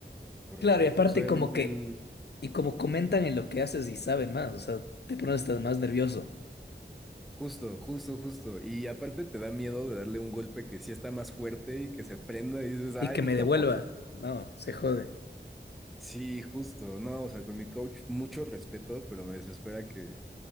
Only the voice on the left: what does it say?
Claro, y aparte
como que,
y como comentan en lo que haces y saben más, o sea, te pones hasta más nervioso.
Y que me devuelva,
no, se jode.